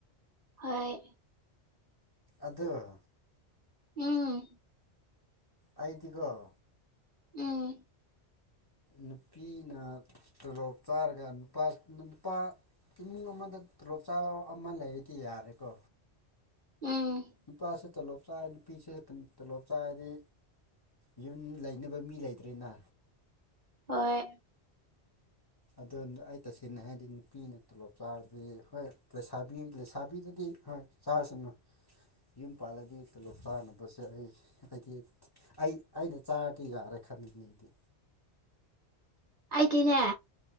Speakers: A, on the right; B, on the left.
A: ꯍꯣꯏ
B: ꯑꯗꫭ
A: ꯎꯝ꯫
B: ꯑꯩꯗꯤꯒꫭ
A: ꯎꯝ꯫
B: ꯅꯨꯄꯤꯅ ꯇꯣꯂꯣꯞ ꯆꯥꯔꯒ ꯅꯨꯄꯥ ꯅꯨꯄꯥ ꯏꯃꯨꯡ ꯑꯃꯗ ꯇꯣꯂꯣꯞ ꯆꯥꯕ ꯑꯃ ꯂꯩꯔꯗꯤ ꯌꯥꯔꯦꯀꯣ
A: ꯎꯝ
B: ꯅꯨꯄꯥꯁꯨ ꯇꯣꯂꯣꯞ ꯆꯥꯏ ꯅꯨꯄꯤꯁꯨ ꯎꯝ ꯇꯣꯂꯣꯞ ꯆꯥꯔꯗꯤ ꯌꯨꯝ ꯂꯩꯅꯕ ꯃꯤ ꯂꯩꯇ꯭ꯔꯦꯅꯥ
A: ꯍꯣꯏ
B: ꯑꯗꯣꯅ ꯑꯩ ꯇꯁꯦꯡꯅ ꯍꯥꯏꯗꯤ ꯅꯨꯄꯤꯅ ꯇꯣꯂꯣꯞ ꯆꯥꯔꯗꯤ ꯍꯣꯏ ꯂꯩꯁꯥꯕꯤ ꯂꯩꯁꯥꯕꯤꯗꯗꯤ ꯍꯣꯏ ꯆꯥꯔꯁꯅꯨ ꯌꯨꯝ ꯄꯥꯜꯂꯗꯤ ꯇꯂꯣꯞ ꯆꯥꯅꯕꯁꯦ ꯑꯩ ꯑꯩꯗꯤ ꯑꯩ ꯑꯩꯅ ꯆꯥꯔꯗꯤ ꯌꯥꯔꯦ ꯈꯟ ꯃꯤꯅꯦ ꯑꯩꯗꯤ
A: ꯑꯩꯗꯤꯅꯦ